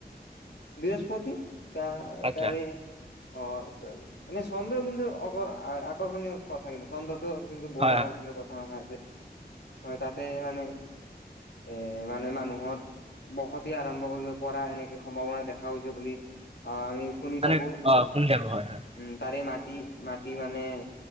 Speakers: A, on the left (about 85°); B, on the right (about 35°).
A: বৃহস্পতি। ত
B: আচ্ছা
A: তাৰে অ' এনে চন্দ্ৰ কিন্তু অকল আকৰ্ষণীয় কথা কিন্তু চন্দতো কিন্তু বহুত
B: হয়
A: আগ
B: হয়
A: খিনি কথা আছে। হয়, তাতে মানে এ মানে মানুহৰ বসতি আৰম্ভ কৰিব পৰা এনেকে সম্ভাৱনা দেখা গৈছে বুলি অ' আমি শুনি
B: মানে
A: থাকো। উম,
B: অ শুনি থাকো হয় হয়
A: তাৰে মাটি মাটি মানে